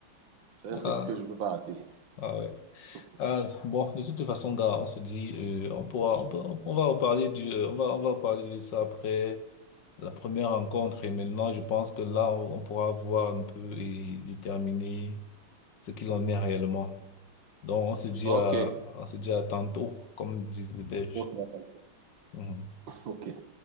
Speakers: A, on the right; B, on the left.
A: C'est un
B: Ah,
A: truc que je peux pas rater.
B: ah ouais.
A: <laughs>
B: Ah, bon, de toutes les façons, gars, on se dit, euh, on pourra, on, peut- on va reparler du, euh, on va, on va reparler de ça après la première rencontre. Et maintenant, je pense que là, on, on pourra voir un peu et déterminer ce qu'il en est réellement. Donc, on se dit
A: Ok.
B: à, on se dit à tantôt, comme disent les Belges.
A: Ok.
B: Mhm.
A: Ok.